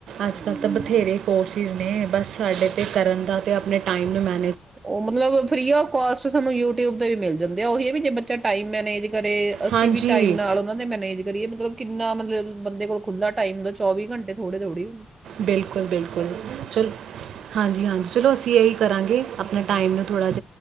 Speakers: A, on the right; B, on the right.
A: ਅੱਜ
B: ਹੂੰ।
A: ਕੱਲ ਤਾਂ ਬਥੇਰੇ ਕੋਰਸਿਸ ਨੇ ਬਸ ਸਾਡੇ ਕਰਨ ਦਾ ਅਤੇ ਆਪਣੇ ਟਾਈਮ ਨੂੰ ਮ
B: ਉਹ ਮਤਲਬ ਫਰੀ ਆਫ ਕਸਟ ਸਾਨੂੰ ਯੂਟਿਊਬ ਤੇ ਵੀ ਮਿਲ ਜਾਂਦੇ ਆ ਉਹੀ ਹੈ ਵੀ ਜੇ ਬੱਚਾ ਟਾਈਮ ਮੈੇਜ ਕਰੇ ਅਸੀਂ
A: ਹਾਂਜੀ
B: ਵੀ ਟਾਈਮ ਨਾਲ ਉਹਨਾਂ ਦੇ ਮੈਨੇਜ ਕਰੀਏ ਮਤਲਬ ਕਿੰਨਾ ਮਤਲਬ ਬੰਦੇ ਕੋਲ ਖੁੱਲ੍ਹਾ ਟਾਈਮੁੰਦਾ ਚੌਵੀ ਘੰਟੇ ਥੋੜੀ ਥੋੜੀ
A: ਬਿਲਕੁਲ ਬਿਲਕੁਲ ਚਲ ਹਾਂਜੀ ਹਾਂਜੀ ਚਲੋ ਅਸੀਂ ਇਹੀ ਕਰਾਂਗੇ ਆਪਣਾ ਟਾਈਮ ਨੂੰ ਥੋੜਾ